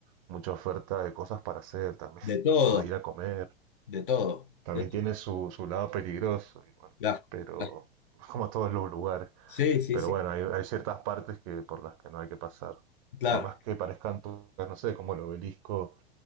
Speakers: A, on the right; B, on the left.
A: mucha oferta de cosas para hacer también,
B: de todo,
A: <laughs> o de ir a comer.
B: de todo.
A: También
B: de-
A: tiene su, su lado peligroso, y bueno,
B: claro,
A: pero
B: claro.
A: como todos los lugares.
B: Sí, sí,
A: Pero
B: sí.
A: bueno, hay, hay ciertas partes que por las que no hay que pasar.
B: Claro,
A: Por más que parezcan turcas, no sé, como el obelisco